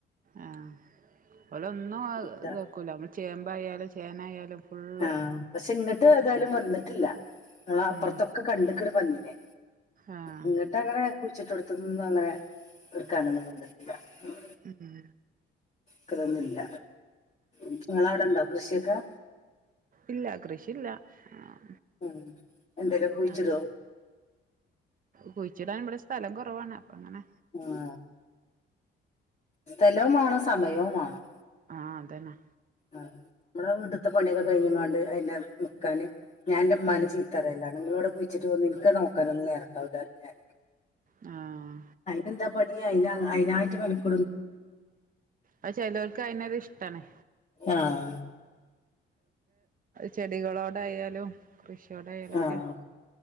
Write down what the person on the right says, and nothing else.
ആഹ് ഓലൊന്നും അഹ്
ഇതെക്കൂല നമ്മള് ചേമ്പായാലും ചേനായാലും ഫുള്ള്
ഉം
ആഹ്
ഉം ഉം
ഇല്ല കൃഷില്ല ആഹ്
ആഹ് കുഴിച്ചിടാൻ ഇവിടെ സ് സ്ഥലം കുറവാണ് അങ്ങനെ
ആ അതന്നാ
ഉം
ആ
അത് ചെയ്തവർക്ക് അയിനത് ഇഷ്ടാണേ
ചെടികളോടായാലും കൃഷിയോടായാലൊക്കെ